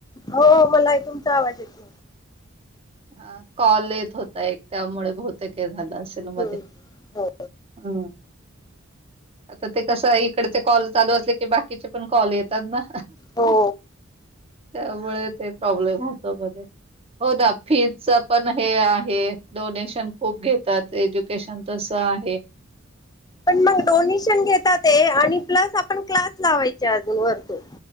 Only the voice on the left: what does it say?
हो, मला तुमचा आवाज येत
नव्हता
हो
हो.
पण मग डोनेशन घेतात ते आणि प्लस आपण क्लास लावायचे अजून वरतून.